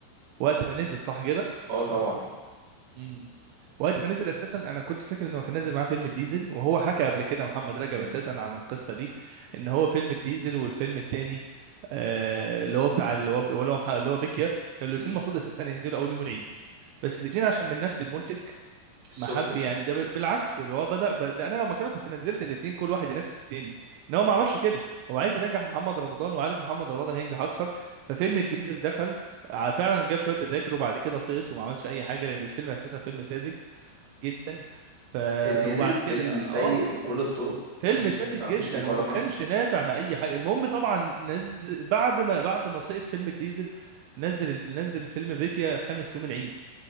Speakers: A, on the right; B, on the right.
A: وقت ما نزل صح
B: اه طبعا
A: كده وقت ما نزل اساسا انا كنت فاكر انه كان نازل معاه فيلم الديزل وهو حكى قبل كده محمد رجب
B: امم
A: اساسا عن القصه دي ان هو فيلم الديزل والفيلم التاني آه اللي هو بتاع اللي هو اللي هو مح- اللي هو بيكيا كانوا الاثنين
B: امم
A: المفروض اساسا ينزلوا اول يوم العيد بس الاثنين عشان من نفس المنتج
B: السبكي
A: ما حب
B: طبعا
A: يعني ده بال- بالعكس اللي هو بدأ, بدأ انا لو مكانه كنت نزلت الاثنين كل واحد ينافس التاني ان هو ما عملش كده هو عايز ينجح محمد رمضان وعارف محمد رمضان هينجح اكتر ففيلم الديزل دخل ع- فعلا جاب شويه تذاكر وبعد كده سقط وما عملش اي حاجه لان الفيلم اساسا فيلم ساذج جدا ف
B: ديزل
A: وبعد
B: فيلم
A: كده اه
B: سيء بكل الطرق
A: فيلم
B: ما كانش
A: ساذج
B: ينفع
A: جدا
B: مفيش مقارنه
A: وما كانش نافع مع اي حاجه المهم طبعا نزل بعد ما بعد ما سقط فيلم الديزل نزل الف... نزل فيلم بيكيا خامس يوم العيد